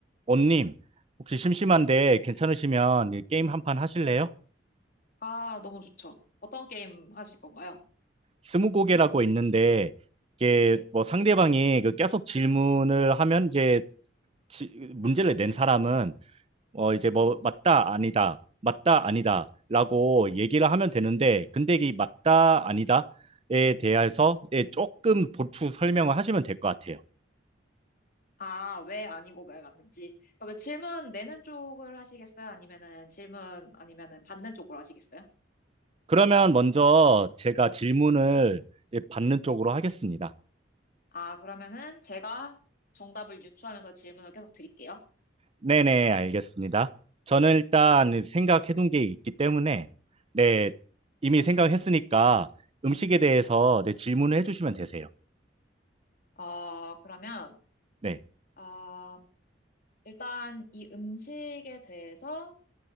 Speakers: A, on the right (about 35°); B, on the left (about 50°).
A: 원님, 혹시 심심한데 괜찮으시면 이 게임 한 판 하실래요?
B: 아, 너무 좋죠. 어떤 게임 하실 건가요?
A: 스무고개라고 있는데 이게
B: 예.
A: 뭐 상대방이 그 계속 질문을 하면 이제 지- 문제를 낸 사람은 어 이제 뭐 맞다 아니다 맞다 아니다라고 얘기를 하면 되는데 근데 이 맞다 아니다에 대해서 예, 조금 보충 설명을 하시면 될 것 같아요.
B: 아, 왜 아니고 말 맞는지. 그러면 질문 내는 쪽을 하시겠어요? 아니면은 질문 아니면은 받는 쪽으로 하시겠어요?
A: 그러면 먼저 제가 질문을 예, 받는 쪽으로 하겠습니다.
B: 아, 그러면은 제가 정답을 유추하면서 질문을 계속 드릴게요.
A: 네네, 알겠습니다. 저는 일단 생각해둔 게 있기 때문에, 네, 이미 생각했으니까 음식에 대해서 네, 질문을 해주시면 되세요.
B: 어, 그러면
A: 네,
B: 아, 일단 이 음식에 대해서